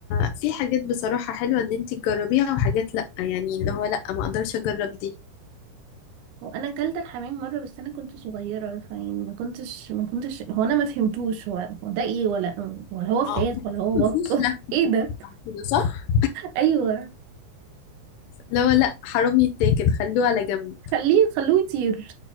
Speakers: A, on the left; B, on the right.
A: ففي حاجات بصراحة حلوة ان انتي تجربيها وحاجات لأ يعني اللي هو لأ ما اقدرش اجرب دي
B: هو انا اكلت الحمام مره بس انا كنت صغيره فيعني ما كنتش ما كنتش هو انا ما فهمتوش هو هو ده ايه ولا ولا هو فراخ
A: اه بحس
B: ولا هو
A: مفيش
B: بط
A: لحم
B: <laughs> ايه ده
A: كده صح؟
B: ايوه
A: اللي هو لأ حرام يتاكل خلوه على جنب
B: خليه خلوه يطير